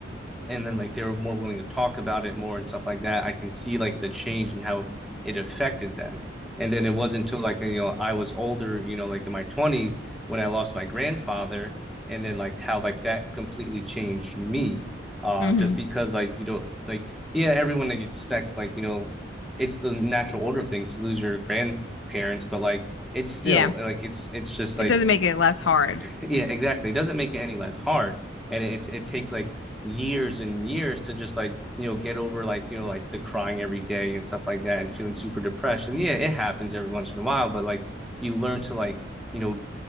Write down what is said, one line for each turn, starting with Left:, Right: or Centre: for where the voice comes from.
Centre: and then like they were more willing to talk about it more and stuff like that. I can see like the change and how it affected them. And then it wasn't until like you know I was older, you know, like in my twenties when I lost my grandfather, and then like how like that completely changed me. Uh,
Left: Mm-hmm.
Centre: just because like you know like yeah everyone like expects like you know it's the natural order of things to lose your grandparents, but like it's still
Left: Yeah.
Centre: like it's it's just
Left: It
Centre: like
Left: doesn't make it less hard.
Centre: <laughs> yeah, exactly. It doesn't make it any less hard, and it it takes like years and years to just like you know get over like you know like the crying every day and stuff like that, and feeling super depressed. And yeah, it happens every once in a while, but like you learn to like you know